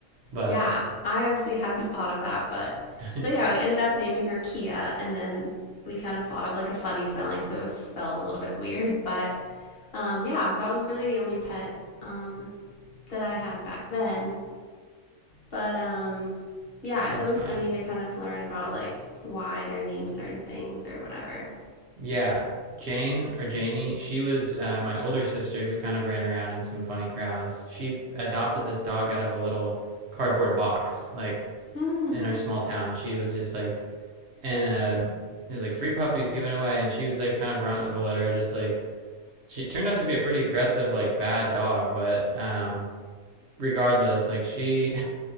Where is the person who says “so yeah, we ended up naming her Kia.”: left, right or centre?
Left